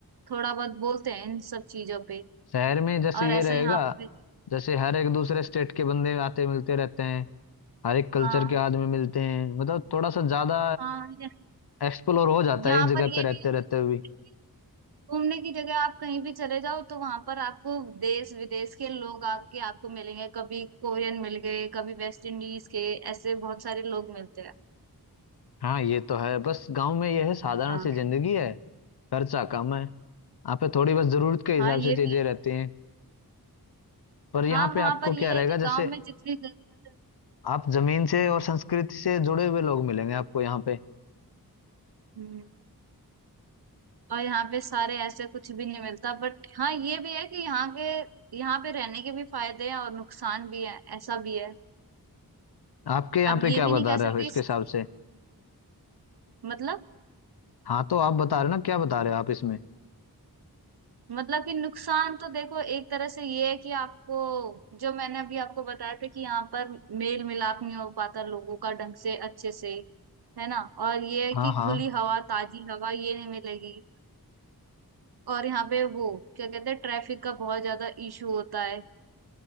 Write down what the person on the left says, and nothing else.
शहर में जैसे
ये रहेगा
जैसे हर एक दूसरे स्टेट के बंदे आते मिलते रहते हैं हर एक कल्चर
के आदमी मिलते हैं मतलब थोड़ा सा ज्यादा
एक्सप्लोर हो जाता
है एक जगह
पे
रहते
रहते हुए
हाँ ये तो है बस गांव में ये है साधारण
सी जिंदगी है खर्चा कम है यहाँ पे थोड़ी बस जरूरत के हिसाब
से चीजें
रहती हैं पर यहाँ
पे
आपको
क्या
रहेगा
जैसे
आप जमीन से और संस्कृति से जुड़े हुए लोग मिलेंगे आपको यहाँ पे
आपके यहाँ
पे
क्या
बता
रहे
हो इसके
हिसाब से
हाँ तो आप बता रहे हो ना क्या बता रहे हो आप इसमें
हाँ
हाँ